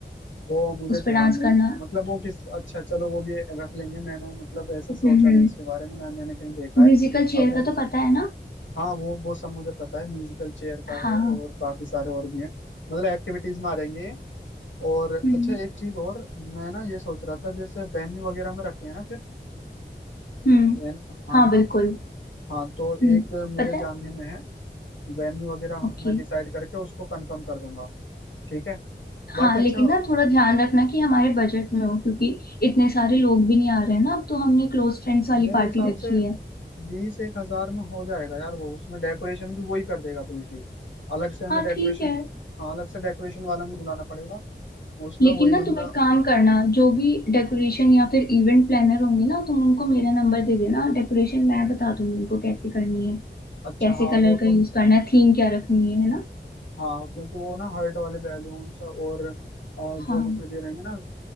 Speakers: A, on the left; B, on the left.
A: वो मुझे
B: उस
A: ध्यान
B: पर डांस
A: नहीं
B: करना
A: मतलब वो किस अच्छा चलो वो भी रख लेंगे मैंने मतलब ऐसा सोचा
B: हम्म हम्म
A: नहीं उसके बारे में ना मैंने कहीं देखा
B: म्यूजिकल
A: है
B: चेयर
A: अगर
B: का तो पता है ना
A: हाँ वो वो सब मुझे पता है म्यूजिकल चेयर का
B: हाँ
A: है और काफी सारे और भी हैं मतलब एक्टिविटीज में आ जाएंगे ये और
B: हम्म
A: अच्छा एक चीज और मैं ना ये सोच रहा था जैसे वेन्यू वगैरह में रखते हैं ना फिर
B: हम्म
A: वेन हाँ
B: हाँ
A: है ना
B: बिल्कुल
A: हाँ तो
B: हम्म
A: एक मेरे
B: पता है
A: जानने में है वेन्यू वगैरह हम-
B: ओके
A: मैं डिसाइड करके उसको कंफर्म कर दूंगा ठीक है बाकी
B: हाँ
A: अच्छा
B: लेकिन ना थोड़ा ध्यान रखना कि हमारे बजट में हो क्योंकि इतने सारे लोग भी नहीं आ रहे हैं ना अब तो हमने क्लोज फ्रेंड्स वाली
A: मेरे
B: पार्टी
A: हिसाब
B: रखी
A: से
B: है
A: बीस एक हजार में हो जाएगा यार वो उसमें डेकोरेशन भी वही कर देगा बल्कि अलग से हमें
B: हाँ
A: डेकोरेशन
B: ठीक है
A: हाँ अलग से डेकोरेशन वाला नहीं बुलाना पड़ेगा उसमें
B: लेकिन
A: वही
B: ना
A: बंदा
B: तुम एक काम करना जो भी डेकोरेशन या फिर इवेंट प्लानर होंगे ना तुम उनको मेरा नंबर दे देना डेकोरेशन मैं बता दूंगी उनको कैसे करनी है
A: अच्छा
B: कैसे
A: हाँ
B: कलर
A: वो
B: का
A: तुम
B: यूज करना है थीम क्या रखनी है है ना
A: हाँ क्योंकि वो ना हर्ट वाले बैलून्स और अ, जो
B: हाँ
A: मतलब ये रहेंगे ना